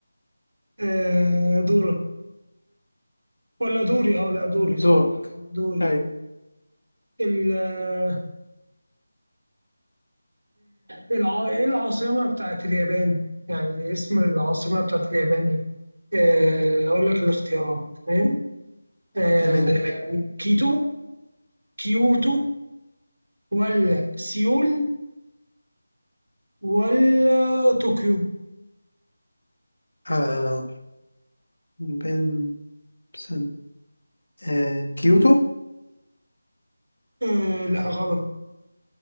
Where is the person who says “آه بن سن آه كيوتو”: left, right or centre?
Left